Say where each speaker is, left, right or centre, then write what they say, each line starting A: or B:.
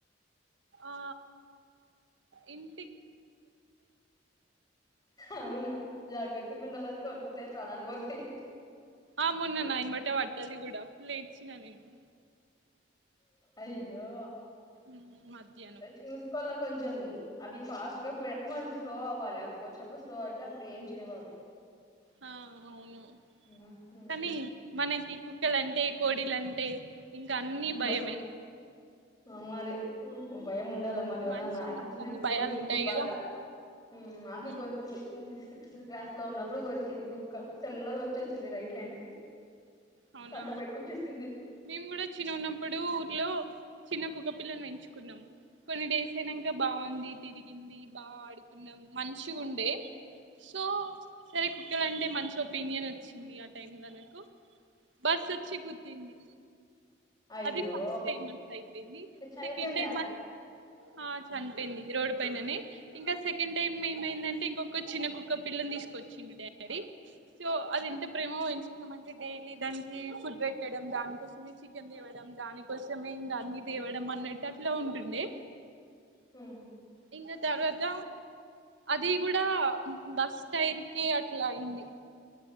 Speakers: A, on the right; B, on the left.
A: ఆ ఇన్
B: అవునా జాగ్రత్తగుండాలది కొరుకుత్ తే ప్రాణాలు పోతయి
A: ఆ మొన్న నాయంబట పట్టది గూడా ఫుల్ ఏడ్చినా నేను
B: అయ్యో
A: ఉమ్ మధ్యాహ్నం
B: చూసుకోవాల కొంచెం అవి ఫాస్ట్ గ పోయేప్పుడు మనం స్లో అవ్వాలి అవి వచ్చినప్పుడు స్లో అయితే అప్పుడు ఏం చేయవు అవి.
A: ఆ అవును
B: మ్మ్. మ్మ్.
A: కనీ మనకి కుక్కలంటే కోడి డిలంటే ఇంక అన్ని భయమే
B: బ ఆ మరి భయముండద్ లమ్మ దేవుడా
A: మనిషి
B: నాకే
A: ఉన్నప్పుడు
B: చిన్నప్పుడు
A: అన్ని భయాలు
B: కొరికింది
A: ఉంటాయి
B: బాగా,
A: కదా
B: ఉమ్ నాకె
A: హ్మ్
B: కొరికింది క్స్ క్లాస్ లో ఉన్నప్పుడు కొరికింది కుక్క, తెల్లగా వచ్చేసింది రైట్ హ్యాండ్ కి.
A: అవునా
B: కండ బయటకొచ్చేసింది
A: మేము గూడ చిన్నగున్నప్పుడు ఊర్లో చిన్న కుక్కపిల్లను బెంచుకున్నాం కొన్ని డేస్ అయినంక బావుంది తిరిగ్ గింది బా ఆడుకున్నాం, మంచిగుండే సో సరే కుక్ క్క లన్టె మంచి ఒపీనియన్ ఒచ్చింది ఆ టైం ల నాకు, బస్ ఒచ్చి గుద్దింది. దింది
B: అయ్యో
A: అది ఫస్ట్ టైం అట్లయిపోయింది
B: చనిపోయిందా
A: సెకండ్ టైమ్ అట్ ఆ చ్ చనిపోయింది రోడ్ పైననే, ఇంక సెకండ్ టైమ్ ఏమైందంటే ఇంకొక చిన్నకుక్క పిల్లన్ తీసుకొచ్చిన్ డాడీ సో అది ఎంత ప్రేమగ పెంచుకున్నమంటె డైలీ దానికి ఫుడ్ పెట్టడం దానికోసమే చికెన్ తేవడం, దానికోసమే ఇంకా అన్ని తేవడం అన్నట్టట్ ట్లో ఉంటుండే
B: హ్మ్
A: ఇంగ తర్వాత అది గూడా బస్ టైర్ కే అట్లయింది